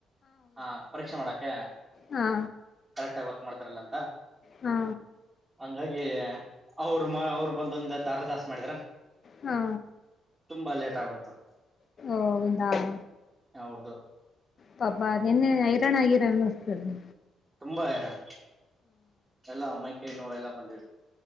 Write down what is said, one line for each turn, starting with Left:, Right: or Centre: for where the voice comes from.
Right: ಹಾ ಪರೀಕ್ಷೆ ಮಾಡಕ್ಕೆ
Left: ಹಾ
Right: ಕರೆಕ್ಟಾಗಿ ವರ್ಕ್ ಮಾಡ್ತಾರಲ್ಲ ಅಂತ,
Left: ಹಾ
Right: ಹಂಗಾಗಿ ಅವರು ಅವರು ಬಂದೊಂದ ಅರ್ಧ ತಾಸು ಮಾಡಿದ್ರ,
Left: ಹಾ
Right: ತುಂಬಾ ಲೇಟ್ ಆಗ್ಬಿಡ್ತು.
Left: ಓ ಹೌದಾ, ಹಾ
Right: ಹೌದು.
Left: ಪಾಪಾ ನಿನ್ನೆ ಹೈರಾಣ ಆಗಿರ ಅನ್ನುಸ್ತದೆ.
Right: ತುಂಬಾ ಹೈರಾಣ. ಎಲ್ಲ ಮ್ಮೈ ಕೈ ನೋವೆಲ್ಲ. ಎಲ್ಲ ಬಂದಿ